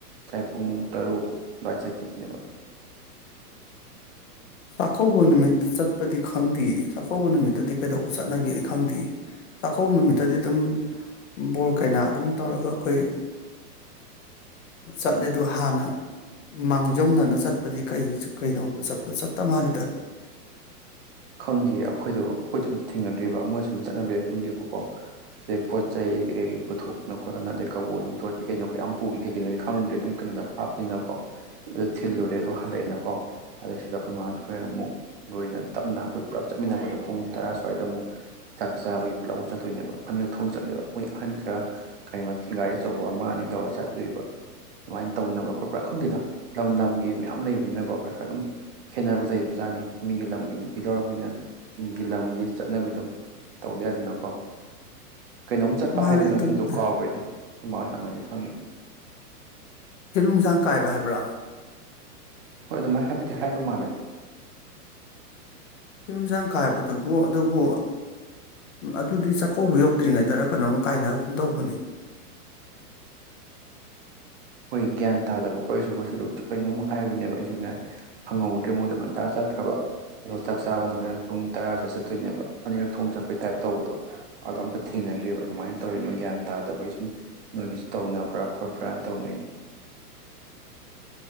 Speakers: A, on the right (about 40°); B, on the left (about 50°).
A: ꯁꯋꯥꯥꯏ ꯄꯨꯡ ꯇꯔꯨꯛ ꯑꯗꯨꯋꯥꯏꯗ ꯆꯠꯈꯤꯕꯅꯦꯕ
B: ꯆꯥꯛꯀꯧꯕ ꯅꯨꯃꯤꯠꯇ ꯆꯠꯄꯗꯤ ꯈꯪꯗꯦ ꯆꯥꯛꯀꯧꯕ ꯅꯨꯃꯤꯠꯇꯗꯤ ꯀꯩꯗꯧꯕ ꯆꯠꯅꯒꯦ ꯑꯩ ꯈꯪꯗꯦ ꯆꯥꯛꯀꯧꯕ ꯅꯨꯃꯤꯠꯇꯗꯤ ꯑꯗꯨꯝ ꯕꯣꯔ ꯀꯩꯅꯥ ꯑꯗꯨꯝ ꯇꯧꯔꯒ ꯑꯩꯈꯣꯏ ꯆꯠꯂꯦ ꯑꯗꯨꯗ ꯍꯥꯟꯅ ꯃꯥꯡꯖꯧꯅꯅ ꯆꯠꯄꯗꯤ ꯀꯩ ꯀꯩꯗꯧ ꯆꯠꯄ ꯆ ꯇ ꯃꯥ ꯂꯤꯗ
A: ꯈꯪꯗꯦ ꯑꯩꯈꯣꯏꯗꯣ ꯑꯩꯈꯣꯏꯁꯨ ꯑꯝꯇ ꯊꯦꯡꯅꯗ꯭ꯔꯤꯕ ꯃꯣꯏꯁꯨ ꯁꯨꯝꯝ ꯆꯠꯅꯕꯤꯔ ꯈꯪꯗꯦꯕꯀꯣ ꯁꯤꯗꯩ ꯄꯣꯠ ꯆꯩ ꯀꯩꯀꯩ ꯀꯩ ꯄꯨꯊꯣꯛꯇꯅ ꯈꯣꯠꯇꯅ ꯑꯗꯩ ꯀꯕꯣꯛ ꯍꯤꯡꯇꯣꯠ ꯀꯩꯀꯩꯅꯣ ꯑꯝꯄꯨꯒꯤ ꯀꯩꯀꯩꯅꯣꯗꯤ ꯈꯪꯗ꯭ꯔꯦ ꯑꯗꯨꯝ ꯀꯩꯅꯣꯗ ꯍꯥꯞꯇꯅꯀꯣ ꯑꯗꯨꯗꯣ ꯊꯤꯜꯂꯨꯔꯦ ꯑꯗꯣ ꯍꯜꯂꯛꯑꯦꯅꯀꯣ ꯑꯗꯩꯁꯤꯗ ꯑꯩꯈꯣꯏ ꯃꯥꯗꯣ ꯍꯣꯔꯦꯟ ꯑꯃꯨꯛ ꯂꯣꯏꯅ ꯇꯞꯅ ꯑꯩꯈꯣꯏ ꯄꯨꯜꯂꯞ ꯆꯠꯃꯤꯟꯅꯕꯗꯣ ꯄꯨꯡ ꯇꯔꯥ ꯁ꯭ꯋꯥꯏꯗ ꯑꯃꯨꯛ ꯆꯥꯛ ꯆꯥꯕꯒꯤ ꯄꯨꯜꯂꯞ ꯑꯃꯨꯛ ꯆꯠꯇꯣꯏꯅꯦꯕ ꯑꯅꯤꯔꯛ ꯊꯣꯡ ꯆꯠꯂꯦꯕ ꯃꯣꯏ ꯑꯍꯟ ꯈꯔ ꯀꯔꯤ ꯒꯥꯔꯤ ꯑꯆꯧꯕ ꯑꯃ ꯑꯅꯤ ꯇꯧꯔ ꯆꯠ ꯑꯗꯨꯕ ꯑꯗꯨꯃꯥꯏꯅ ꯇꯧꯅꯕ ꯈꯣꯠꯄ ꯈꯪꯗꯦꯗ ꯂꯝ ꯂꯝꯒꯤ ꯃꯌꯥꯝ ꯂꯩꯕꯅꯤꯅꯀꯣ ꯈꯔ ꯈꯔ ꯑꯗꯨꯝ ꯈꯦꯠꯅꯕ ꯂꯩꯁꯨꯖꯥꯠꯅꯤ ꯃꯤꯒꯤ ꯂꯝꯒꯤꯅꯤ ꯄꯤꯗꯧꯔꯕꯅꯤꯅ ꯃꯤꯒꯤ ꯂꯝꯒꯤ ꯆꯠꯅꯕꯤꯗꯣ ꯇꯧꯗ ꯌꯥꯗꯦꯅꯀꯣ ꯀꯩꯅꯣꯝ ꯆꯠꯄ
B: ꯃꯥꯅꯦ
A: ꯍꯥꯏꯕꯒꯤ
B: ꯑꯗꯨꯕꯨꯗꯤ
A: ꯃꯃꯤꯡꯗꯣ ꯀꯥꯎꯈ꯭ꯔꯦꯅꯦ ꯍꯣꯏꯃꯣꯏ ꯈꯪꯅꯗꯤ ꯈꯪꯉꯤ
B: ꯐꯤꯔ ꯅꯨꯡꯁꯥꯡ ꯀꯥꯏꯕ ꯍꯥꯏꯕ꯭ꯔꯥ
A: ꯍꯣꯏ ꯑꯗꯨꯃꯥꯏꯅ ꯍꯥꯏꯕꯗꯤ ꯍꯥꯏꯕ ꯃꯥꯜꯂꯦ
B: ꯐꯤꯔꯝꯁꯥꯡ ꯀꯥꯕꯗꯨꯕꯨ ꯑꯗꯨꯕꯨ ꯑꯗꯨꯗꯤ ꯆꯥꯛꯀꯧꯕ ꯌꯧꯗ꯭ꯔꯤꯉꯩꯗꯔ ꯀꯩꯅꯣꯝ ꯀꯥꯏꯅꯕꯒꯨꯝ ꯇꯧꯕꯅꯤ
A: ꯑꯩꯈꯣꯏ ꯒ꯭ꯌꯥꯟ ꯇꯥꯗꯕ ꯈꯣꯠ ꯑꯩꯁꯨ ꯉꯁꯤꯗꯣ ꯀꯩꯅꯣꯝ ꯍꯥꯏꯕꯅꯦꯕ ꯑꯩꯁꯨ ꯉꯥꯏ ꯍꯪꯍꯧꯗ꯭ꯔꯦ ꯃꯣꯏꯗꯣ ꯉꯟꯇꯥ ꯆꯠꯈ꯭ꯔꯕ ꯑꯗꯣ ꯆꯥꯛ ꯆꯥꯕꯅ ꯍꯣꯔꯦꯟ ꯄꯨꯡ ꯇꯔꯥꯁꯨꯗ ꯆꯠꯇꯣꯏꯅꯦꯕ ꯑꯅꯤꯔꯛ ꯊꯣꯛꯅ ꯆꯠꯄꯩ ꯇꯥꯏꯞ ꯇꯧꯕꯗꯣ ꯑꯗꯣ ꯑꯝꯇ ꯊꯦꯡꯅꯗ꯭ꯔꯤꯕꯕ ꯀꯃꯥꯏꯅ ꯇꯧꯔꯤꯅꯣꯏ ꯒ꯭ꯌꯥꯟ ꯇꯥꯗꯕꯒꯤ ꯁꯨꯝ ꯅꯣꯏꯒꯤꯁꯨ ꯇꯧꯅꯕ꯭ꯔꯥ ꯈꯣꯠꯄ꯭ꯔꯥ ꯇꯧꯅꯅꯦ